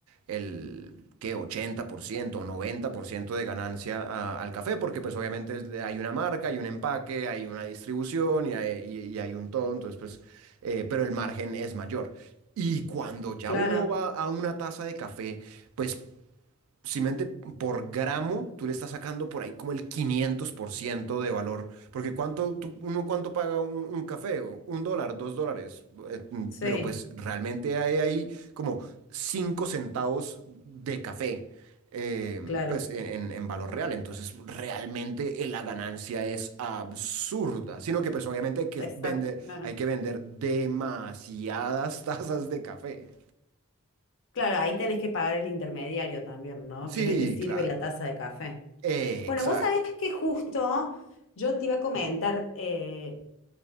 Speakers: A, on the right; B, on the left.
A: el ¿qué? 80% o 90% de ganancia a- al café, porque pues obviamente es- hay una marca, hay un empaque, hay una distribución y hay, y- y hay un todo, entonces pues, eh, pero el margen es mayor. Y cuando ya
B: claro,
A: uno va a una taza de café, pues Simplemente por gramo, tú le estás sacando por ahí como el 500% de valor. Porque cuánto, tú- uno cuánto paga un, un café, un dólar, dos dólares. eh, mm,
B: sí,
A: pero pues realmente hay ahí como cinco centavos de café, eh,
B: claro,
A: pues en, en- en valor real. Entonces realmente eh, la ganancia es absurda. Sino que pues obviamente hay que
B: exacto,
A: vender,
B: claro.
A: hay que vender demasiadas <laughs> tazas de café.
B: Claro, ahí tenés que pagar el intermediario también, ¿no?
A: Sí,
B: Que es el que sirve
A: claro.
B: la taza de café.
A: Eh,
B: Bueno,
A: exacto.
B: vos sabés que justo yo te iba a comentar, eh,